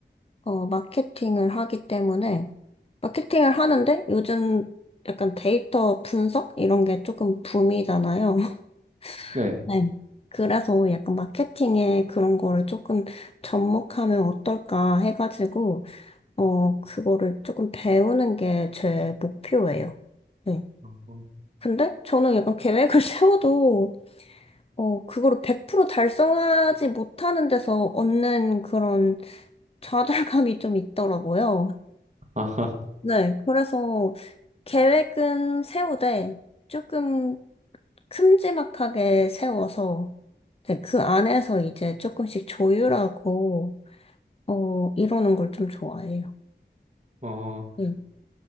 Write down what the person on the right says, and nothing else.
네.
어,
<laughs> 아하.
어,